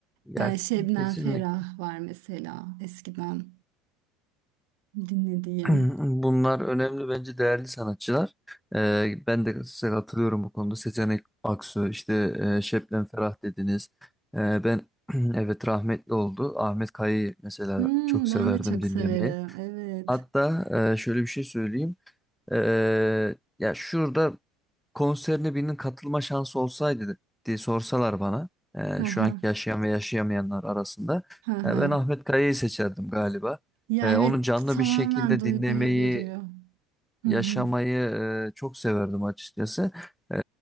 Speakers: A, in the centre; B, on the right.
A: Ya,
B: Yani Şebnem
A: kesinlikle
B: Ferah var mesela eskiden dinlediğim.
A: <clears throat> bunlar önemli bence değerli sanatçılar. Ee, ben de size katılıyorum bu konuda. Seçenek Aksu, işte e, Şebnem Ferah dediniz. Ee, ben <clears throat> evet rahmetli oldu. Ahmet Kaya'yı mesela
B: Hmm,
A: çok severdim
B: ben de çok
A: dinlemeyi.
B: severim. Evet.
A: Hatta e, şöyle bir şey söyleyeyim. Ee, ya şurada konserine birinin katılma şansı olsaydı diye sorsalar bana e,
B: Hı
A: şu
B: hı.
A: anki yaşayan ve yaşayamayanlar arasında
B: Hı hı.
A: e, ben Ahmet Kaya'yı seçerdim galiba.
B: Ya
A: E,
B: evet
A: onu canlı
B: tamamen
A: bir şekilde
B: duyguyu
A: dinlemeyi,
B: veriyor. Hı
A: yaşamayı
B: hı.
A: e, çok severdim açıkçası. E,